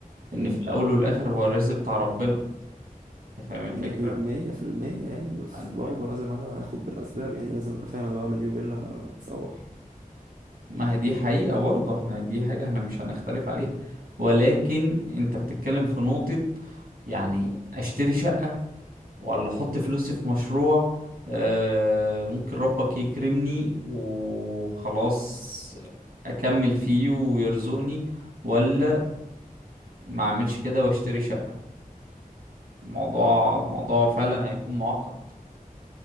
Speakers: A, on the right; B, on the right.
A: ان
B: امم
A: في الاول والاخر هو الرزق بتاع ربنا انت فاهم الفكرة
B: مليون مية في المية يعني بس
A: انت
B: برضه لازم انا اخد بالاسباب يعني لازم ابقى فاهم انا بعمل ايه وايه اللي هتسوح
A: ما هي دي حقيقة برضه احنا دي حاجة احنا مش هنختلف عليها ولكن انت بتتكلم في نقطة يعني اشتري شقة ولا احط فلوسي في مشروع آه، ممكن ربك يكرمني وخلاص اكمل فيه ويرزقني ولا ما اعملش كده واشتري شقة الموضوع الموضوع فعلا هيكون معقد